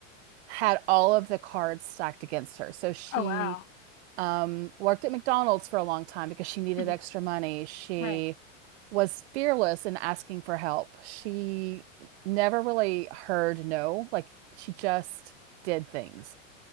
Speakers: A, on the right; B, on the left.
A: had all of the cards stacked against her. So she
B: Oh, wow.
A: um, worked at McDonald's for a long time because she needed
B: hmm
A: extra money. She
B: Right.
A: was fearless in asking for help. She never really heard no, like she just did things.